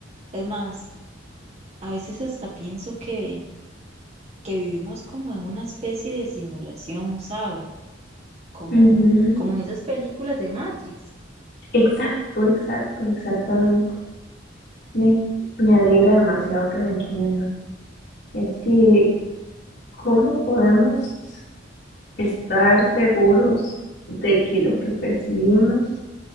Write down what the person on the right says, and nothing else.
Es más, a veces hasta pienso que, que vivimos como en una especie de simulación, ¿sabe? Como,
como en esas películas de Matrix.